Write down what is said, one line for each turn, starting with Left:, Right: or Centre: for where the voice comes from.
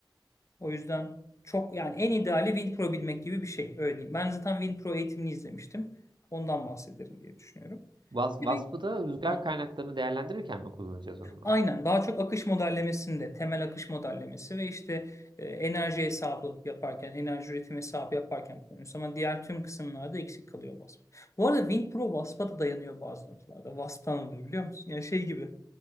Left: O yüzden çok yani en ideali WinPro bilmek gibi bir şey. Öyle diyeyim. Ben zaten WinPro eğitimini izlemiştim. Ondan bahsederim diye düşünüyorum.
Right: Was, Wasp'ı
Left: Bir de-
Right: da rüzgar
Left: Heh.
Right: kaynaklarını değerlendirirken mi kullanacağız o zaman?
Left: Aynen daha çok akış modellemesinde temel akış modellemesi ve işte e, enerji hesabı yaparken enerji üretim hesabı yaparken kullanıyoruz ama diğer tüm kısımlarda eksik kalıyor WASP. Bu arada WinPro WASP'a da dayanıyor bazı noktalarda. WASP'tan alıyor biliyor musun? Yani şey gibi